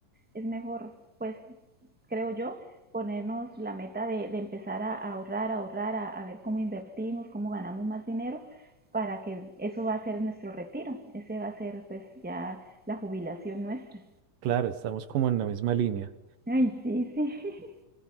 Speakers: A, in the centre; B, on the right.
A: es mejor, pues creo yo, ponernos la meta de, de empezar a ahorrar, a ahorrar, a, a ver cómo invertimos, cómo ganamos más dinero, para que eso va a ser nuestro retiro, ese va a ser pues ya la jubilación nuestra.
B: Claro, estamos como en la misma línea.
A: Ay, sí, sí. <laughs>